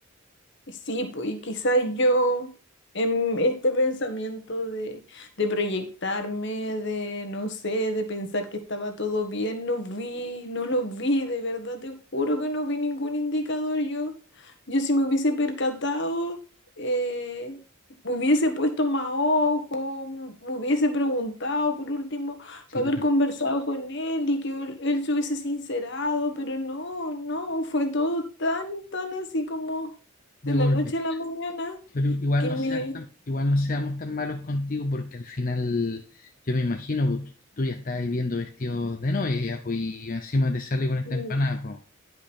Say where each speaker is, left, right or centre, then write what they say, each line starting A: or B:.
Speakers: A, on the left (about 55°); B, on the left (about 40°).
A: Sí, pues, y quizás yo en este pensamiento de, de proyectarme, de no sé, de pensar que estaba todo bien, no vi, no lo vi, de verdad te juro que no vi ningún indicador. Yo, yo si me hubiese percatado, eh, hubiese puesto más ojo, me hubiese preguntado por último,
B: sí,
A: para haber conversado con él y que él, él se hubiese sincerado, pero no, no, fue todo tan, tan así como
B: de
A: de
B: golpe.
A: la noche a la mañana,
B: Pero igual
A: que
B: no
A: me...
B: seas tan- igual no seamos tan malos contigo porque al final yo me imagino, pues, tú, tú ya estás ahí viendo vestidos de novia ya, pues, y encima te sale con esta
A: mm,
B: empanada, pues.